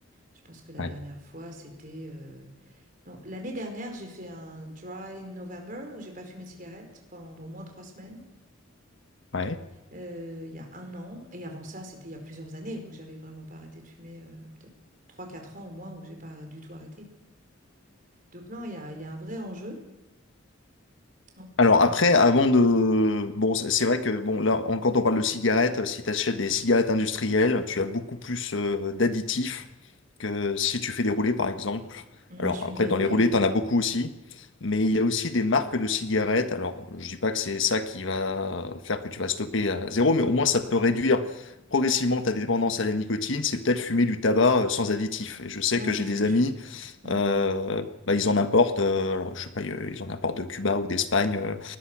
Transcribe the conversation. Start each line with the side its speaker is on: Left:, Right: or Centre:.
Right: Je pense que la
Left: ouais,
Right: dernière fois, c'était... euh, Non, l'année dernière, j'ai fait un dry November où j'ai pas fumé de cigarette pendant au moins trois semaines,
Left: ouais.
Right: euh, il y a un an. Et avant ça, c'était il y a plusieurs années où j'avais vraiment pas arrêté de fumer, euh, peut-être trois, quatre ans au moins, où j'ai pas du tout arrêté. Donc non, il y a, il y a un vrai enjeu. Oh,
Left: Alors
Right: donc,
Left: après, avant de... Bon, c'est c'est vrai que bon, là, on- quand on parle de cigarettes, euh, si tu achètes des cigarettes industrielles, tu as beaucoup plus euh, d'additifs que si tu fais des roulés, par exemple.
Right: moi,
Left: Alors
Right: je suis
Left: après,
Right: me déroulée.
Left: dans les roulés, tu en as beaucoup aussi. Mais il y a aussi des marques de cigarettes. Alors, je dis pas que c'est ça qui va faire que tu vas stopper à zéro, mais au moins ça peut réduire progressivement ta dépendance à la nicotine. C'est peut-être fumer du tabac euh, sans additif. Et je sais
Right: Moi,
Left: que
Right: c'est
Left: j'ai des
Right: ce que
Left: amis
Right: je fais. Mm.
Left: euh, bah, ils en importent, euh, alors, je sais pas, euh, ils en importent de Cuba ou d'Espagne. euh,